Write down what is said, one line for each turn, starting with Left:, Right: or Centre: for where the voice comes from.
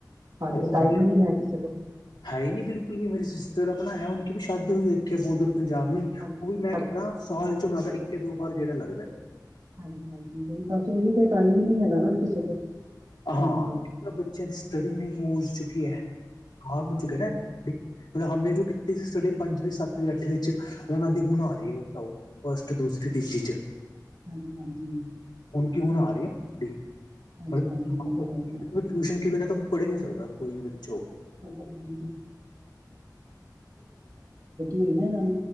Right: ਹਾਂਜੀ
Left: ਉਹ
Right: ਟਾਇਮ ਹੀ ਨਹੀ ਹੈ, ਕਿਸੇ ਕੋਲ।
Left: ਹੈ ਹੀ ਨਹੀਂ ਬਿਲਕੁਲ ਵੀ, ਮੇਰੇ ਸਿਸਟਰ ਆਪਣਾ ਹੈ, ਉਨਕੀ ਬੀ ਸ਼ਾਦੀ ਹੋਈ ਇੱਥੇ, ਬਹੁਤ ਦੂਰ ਪੰਜਾਬ ਮੇਂ।
Right: ਹਾਂਜੀ
Left: ਉਹ ਵੀ ਮੈਂ
Right: ਅੱਛਾ
Left: ਕਹਿ ਭਰਾਂ,
Right: ਜੀ,
Left: ਸਾਲ'ਚੋ ਓਹਨਾਂ ਦਾ ਇੱਕ ਕੇ, ਦੋ ਵਾਰ ਗੇੜਾ ਲੱਗਦਾ।
Right: ਹਾਂਜੀ-ਹਾਂਜੀ, ਨਹੀਂ ਬਸ ਇਹ ਤੇ ਟਾਈਮ ਹੀ ਨਹੀਂ ਹੈਗਾ ਨਾ ਕਿਸੇ ਕੋਲ।
Left: ਹਾਂ।
Right: ਹਾਂਜੀ ਬਸ-ਬਸ
Left: ਇੱਟ ਤਾਂ ਬੱਚਿਆਂ ਦੀ ਸਟੱਡੀ ਨਹੀਂ <unintelligible> ਚੁੱਕੀ ਹੈ
Right: ਹਾਂਜੀ-ਹਾਂਜੀ,
Left: ਹਾਰ ਹੋ ਚੁੱਕੇ ਨੇ। ਫ ਹਮਨੇ ਜੋ ਕੀਤੀ ਸੀ, ਸਟੱਡੀ ਪੰਜਵੀਂ, ਸੱਤਵੀਂ, ਅੱਠਵੀਂ'ਚ ਉਹਨਾਂ ਦੀ ਹੁਣ ਆ ਰਹੀ ਹੈ। ਫਸਟ, ਦੂਸਰੀ ਤੀਜੀ'ਚ।
Right: ਹਾਂਜੀ-ਹਾਂਜੀ।
Left: ਹੁਣ ਕੀ, ਹੁਣ ਆ ਰਹੀ ਹੈ,
Right: ਹਾਂਜੀ-ਹਾਂਜੀ
Left: ਮਤਲਬ
Right: ਇਹ ਤਾਂ ਹੈ ਹੀ ਹੈ।
Left: ਟਿਊਸ਼ਨ ਕਿ ਬੀਨਾਂ ਤੋ ਪੜ੍ਹ ਹੀ ਨਹੀਂ ਸਕਦਾ, ਕੋਈ ਵੀ ਬੱਚਾ ਹੋ।
Right: <unintelligible> ਕਰ ਦਿੱਤੀ ਹੈ, ਨਾ ਇਹਨਾਂ ਨੇ।